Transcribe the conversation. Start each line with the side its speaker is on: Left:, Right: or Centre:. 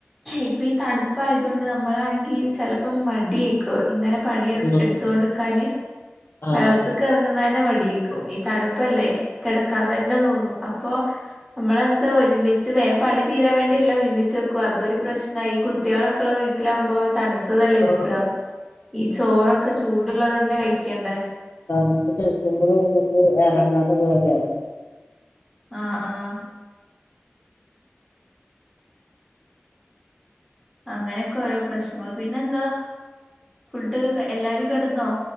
Centre: ഇപ്പ ഈ തണുപ്പയത് കൊണ്ട് നമ്മളാണെങ്കി ചെലപ്പോം മടിയേ ക്കൊ ഇങ്ങനെ പണി
Left: ഉം
Centre: എടുത്തോണ്ട് നി ക്കാന്
Left: ആഹ്
Centre: വെള്ളത്തിക്ക് ഇറങ്ങുന്ന തന്നെ മടിയേക്കും ഈ തണുപ്പല്ലേ കിടക്കാന്ന് തന്നെ തോന്നും അപ്പൊ നമ്മളെന്താ ഒരുമിച്ച് വേഗം പണി തീരാൻ വേണ്ടി ഒരുമിച്ച് വെക്കും അത് രു പ്രശ്ന ആയി. കുട്ടികളൊക്കെ ഉള്ള വീട്ടിലകുമ്പോ തണു അത്തതല്ലേ
Left: അപ്പൊ
Centre: കിട്ടുക. ഈ ചോറൊക്കെ ചൂടുള്ളത് തന്നെ കഴിക്കേണ്ട
Left: തമത്ത് കേൾക്കുമ്പോൾ നമുക്ക് ഇറങ്ങാട്ട പോലെയായി
Centre: ആഹ് ആഹ് അങ്ങനെയൊക്കെ ഓരോ പ്രശ്നങ്ങൾ പിന്നെന്താ ഫുഡ് എല്ലാരും കിടന്നോ